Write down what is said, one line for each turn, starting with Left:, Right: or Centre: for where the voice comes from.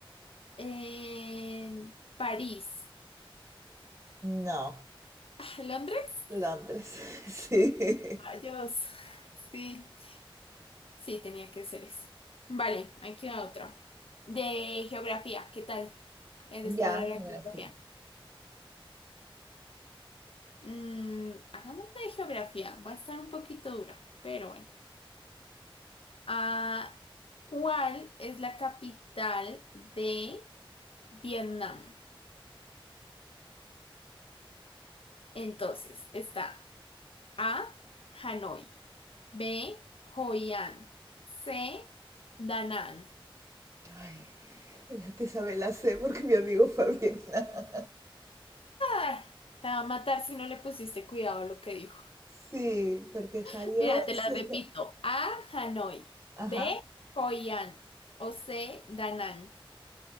Left: En París.
Right: No,
Left: Ah, ¿Londres?
Right: Londres, <laughs> sí.
Left: Rayos. Sí, sí, tenía que ser eso. Vale, aquí va otro. De geografía, ¿qué tal? Eres
Right: Ya,
Left: para la
Right: geografía.
Left: geografía. Mm, hagámosle de geografía. Va a estar un poquito dura, pero bueno. Ah, ¿cuál es la capital de Vietnam? Entonces, está A, Hanoi, B, Hoi An, C, Da Nang.
Right: Ay, espérate, esa me la sé porque mi amigo fue a Vietnam. <laughs>
Left: Ay, te va a matar si no le pusiste cuidado a lo que dijo.
Right: Sí, porque
Left: <laughs>
Right: Hayo
Left: Mira, te
Right: es
Left: la
Right: una...
Left: repito. A, Hanoi,
Right: Ajá.
Left: B, Hoi An o C, Da Nang.